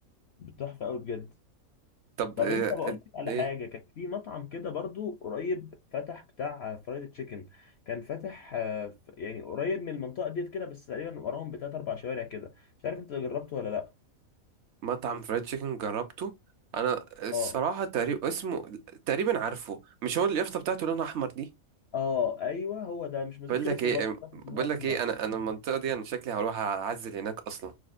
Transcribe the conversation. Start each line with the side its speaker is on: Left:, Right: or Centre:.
Left: بتحفه قوي بجد
Right: طب
Left: طب
Right: آه،
Left: انت بقول
Right: ال-
Left: لك على
Right: ايه
Left: حاجه كان في مطعم كده برضو قريب فتح بتاع فرايد تشيكن كان فاتح آه، ف- يعني قريب من المنطقه ديت كده بس تقريبا وراهم بتلات اربع شوارع كده مش عارف انت جربته ولا لا
Right: مطعم فرايد تشيكن جربته انا الصراحه
Left: اه
Right: تقريبا اسمه تقريبا عارفه مش هو اليافطه بتاعته لونها احمر دي
Left: اه ايوه هو ده مش مذكر
Right: بقول لك
Left: اسمه
Right: ايه
Left: برضه فاكر
Right: بقول
Left: إن هو
Right: لك
Left: احمر
Right: ايه انا انا المنطقه دي انا شكلي هروح اعزل هناك اصلا